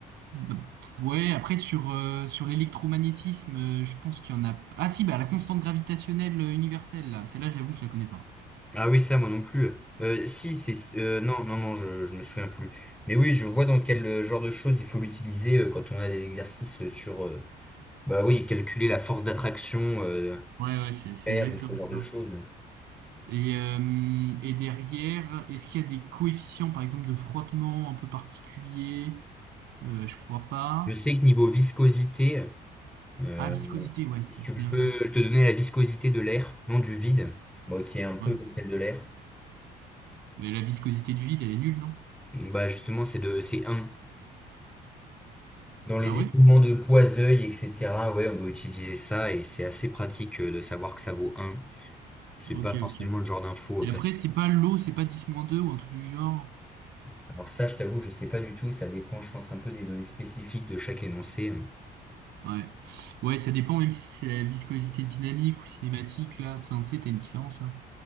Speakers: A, on the right; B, in the centre.
A: Bah, ouais, après sur, euh, sur l'électromagnétisme, euh, je pense qu'il y en a. Ah si, bah la constante gravitationnelle euh, universelle, là. Celle-là, j'avoue, je la connais pas.
B: Ah oui, ça, moi non plus. Euh, si, c'est. euh, non, non, non, je, je me souviens plus. Mais oui, je vois dans quel euh, genre de choses il faut l'utiliser euh, quand on a des exercices euh, sur. euh, bah oui, calculer la force d'attraction, euh,
A: Ouais, ouais, c'est c'est
B: faire
A: exactement
B: ou ce genre
A: ça.
B: de choses.
A: Et, euh, et derrière, est-ce qu'il y a des coefficients, par exemple, de frottement un peu particuliers? Euh, je crois pas.
B: Je sais que niveau viscosité, euh,
A: Ah, viscosité, ouais, ça
B: je,
A: c'est
B: je
A: bien
B: peux
A: vu.
B: je te donner la viscosité de l'air, non du vide, bon, qui est un peu
A: Ouais.
B: comme celle de l'air.
A: Mais la viscosité du vide, elle est nulle, non?
B: Bah justement, c'est de c'est un Dans les
A: Ah ouais?
B: écoulements de poids-œil, etc., ouais, on doit utiliser ça et c'est assez pratique euh, de savoir que ça vaut un. C'est
A: Ok,
B: pas forcément
A: ok.
B: le genre d'info.
A: Et
B: euh, parce-
A: après, c'est pas l'eau, c'est pas dix moins deux ou un truc du genre?
B: Alors ça, je t'avoue, je sais pas du tout. Ça dépend, je pense, un peu des données spécifiques de chaque énoncé.
A: Ouais. Ouais, ça dépend, même si c'est la viscosité dynamique ou cinématique, là, Enfin, tu sais, t'as une différence, hein.